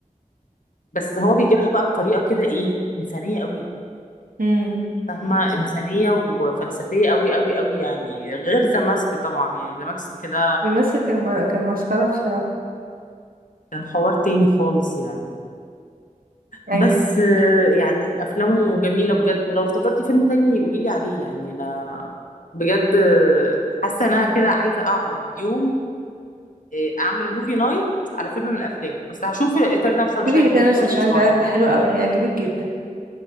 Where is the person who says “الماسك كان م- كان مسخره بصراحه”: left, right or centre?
Right